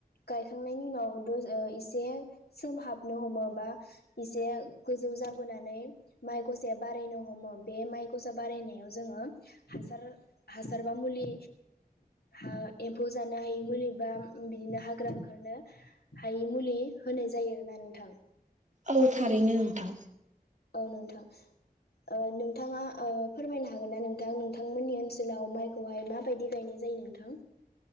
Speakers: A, on the left; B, on the right.
A: गायखांनायनि उनाव इसे सोम हाबनो हमो बा एसे गोजौ जाबोनानै माइ गसाया बारायनो हमो बे माय गसा बारायनायाव जोङो हासार हासार बा मुलि हा एम्फौ जानो हायि मुलि बा बिदिनो हाग्रा ओंखारनो हायि मुलि होनाय जायो आरोना नोंथां।
B: औ थारैनो नोंथां।
A: औ नोंथां। ओ नोंथाङा ओ फोरमायनो हागोन ना नोंथां नोंथांमोननि ओनसोलाव माइ खौहाय माबायदि गायनाय जायो नोंथां।